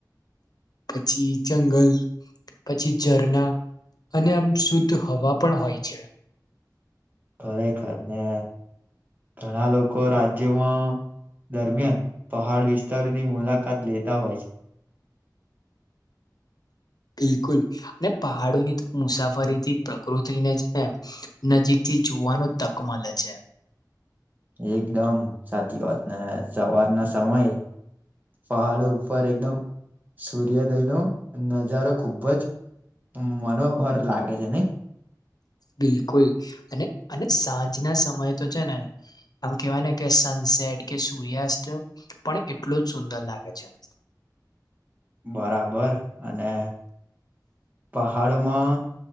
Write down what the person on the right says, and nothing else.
ખરેખર ને ઘણા લોકો રાજ્યમાં દરમિયાન પહાડ વિસ્તારની મુલાકાત લેતા હોય <inaudible>
એકદમ સાચી વાત ને સવારના સમય પહાડું પર એકદમ સૂર્યોદયનો નજારો ખુબ જ અં મનોહર લાગે છે નઈ?
બરાબર અને પહાડોમાં